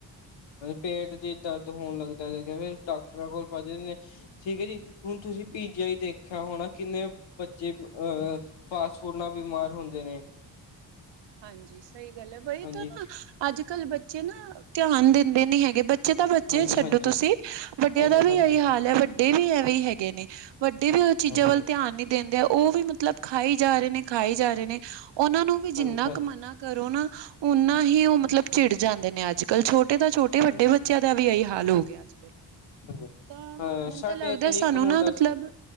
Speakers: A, on the left; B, on the right.
A: ਪੇਟ'ਚ ਦਰਦ ਹੋਨ ਲੱਗਦਾ, ਫੇਰ ਡਾਕਟਰਾਂ ਕੋਲ ਭਜਦੇ ਨੇ ਠੀਕ ਹੈ ਜੀ ਹੁਨ ਤੁਸੀਂ ਪੀ ਜੀ ਆਈ ਦੇਖਿਆ ਹੋਣਾ, ਕਿੰਨੇ ਬੱਚੇ ਅਹ ਫਾਸਟ ਫੂਡ ਨਾਲ ਬਿਮਾਰ ਹੁੰਦੇ ਨੇ।
B: ਹਾਂਜੀ, ਸਹੀ ਗੱਲ ਹੈ ਬਈ
A: ਹਾਂਜੀ,
B: ਤਾਂ ਨਾ ਅੱਜਕੱਲ੍ਹ ਬੱਚੇ ਨਾ ਧਿਆਨ ਦਿੰਦੇ ਨੀ ਹੈਗੇ ਬ ਬੱਚੇ ਤਾਂ ਬੱਚੇ
A: ਹਾਂਜੀ,
B: ਛੱਡੋ
A: ਹਾਂਜੀ,
B: ਤੁਸੀਂ ਵੱਡਿਆਂ
A: ਹਾਂਜੀ,
B: ਦਾ ਵੀ
A: ਹਾਂਜੀ,
B: ਇਹੀ ਹਾਲ ਹੈ ਵੱਡੇ ਵੀ ਐਵੇਂ ਹੈਗੇ ਨੇ। ਵਡੇ ਵੀ ਉਹ ਚੀਜ਼ਾਂ
A: ਹਾਂਜੀ,
B: ਵੱਲ ਧਿਆਨ ਨੀ ਦੇਂਦੇ ਉਹ ਵੀ ਮਤਲਬ ਖਾਈ ਜਾ ਰਹੇ ਨੇ ਖਾਈ ਜਾ ਰਹੇ ਨੇ ਉਹਨਾਂ ਨੂੰ ਵੀ
A: ਹਾਂਜੀ,
B: ਜਿੰਨਾ
A: ਹਾਂਜੀ,
B: ਨਾ ਕਰੋ ਨਾ ਓਨਾ ਹੀ ਉਹ ਮਤਲਬ ਚਿੜ ਜਾਂਦੇ ਨੇ ਅੱਜ ਕੱਲ੍ਹ ਛੋਟੇ ਤਾਂ ਛੋਟੇ ਤੇ ਵੱਡੇ
A: ਹਾਂਜੀ,
B: ਬੱਚਿਆਂ ਦਾ ਵੀ ਇਹੀ ਹਾਲ ਹੋ ਗਿਆ ਅੱਜ ਕਲ੍ਹ।
A: ਹਾਂਜੀ।
B: ਤਾਂ
A: ਅਹ
B: ਮੈਨੂੰ
A: ਸਾਡੇ
B: ਤਾਂ ਲੱਗਦਾ
A: ਇੱਧਰ
B: ਸਾਨੂੰ
A: ਇੱਕ ਮੁੰਡਾ
B: ਨਾ ਮਤਲਬ
A: ਸੀ-